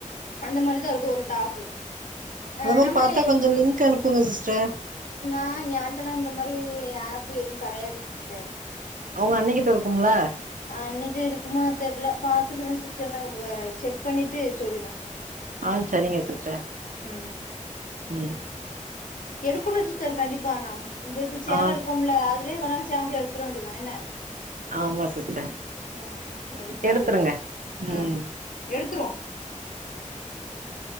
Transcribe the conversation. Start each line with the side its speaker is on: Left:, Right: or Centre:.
Left: அந்த மாரிதா இருக்கும் ஒரு டாப்பு ஆ
Right: அந்தமாரி
Left: நம்ம
Right: பாத்தா கொஞ்சம் லிங்க் அனுப்புங்க சிஸ்டர்
Left: நா ஏன்ட்டல்லா இந்த மாரி ஆப்பு எதுவு கிடயாது சிஸ்டர்
Right: உங்க அண்ணிக்கிட்ட இருக்கும்ல
Left: அண்ணிட்ட இருக்குமா தெரியல பாத்துக்குறேன் சிஸ்டர் நா செக் பண்ணிட்டு சொல்லுத
Right: ஆஹ் சரிங்க சிஸ்டர்
Left: ம்
Right: உம்
Left: எடுக்கணும் சிஸ்டர் கண்டிப்பா ஆனா இந்த இது சேல
Right: ஆ
Left: எடுக்கோம்ல அதுலயே வேணாலு சேந்து எடுத்திட வேண்டியதுதான் என்ன
Right: ஆமா சிஸ்டர்
Left: ம் ம் எடுத்துற
Right: எடுத்துருங்க
Left: வேண்டியதா
Right: உம்
Left: ஆமா எடுத்துருவோ